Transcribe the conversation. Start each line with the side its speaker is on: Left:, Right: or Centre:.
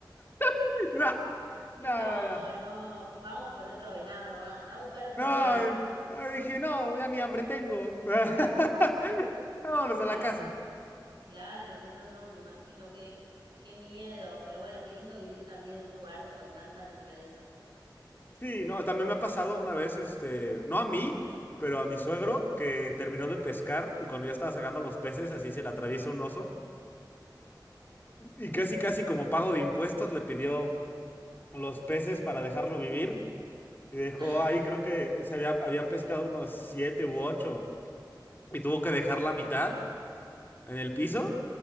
Left: <laughs> no, no,
Right: No,
Left: no, no.
Right: no, vamos por otro venado, va, anda a buscar otro
Left: No,
Right: venado.
Left: eh,
Right: <laughs>
Left: ah, dije, no, ya ni hambre tengo. <laughs> Vámonos
Right: Claro,
Left: a la casa.
Right: claro, no, no, no, me imagino qué, qué miedo, pero bueno, qué lindo vivir también en un lugar con tanta naturaleza.
Left: Sí, no, también me ha pasado una vez, este, no a mí, pero a mi suegro, que terminó de pescar y cuando ya estaba sacando los peces, así se le atraviesa un oso. Y casi, casi como pago de impuestos, le pidió los peces para dejarlo vivir. Y dejó
Right: <laughs>
Left: ahí, creo que se había, había pescado unos siete u ocho. Y tuvo que dejar la mitad en el piso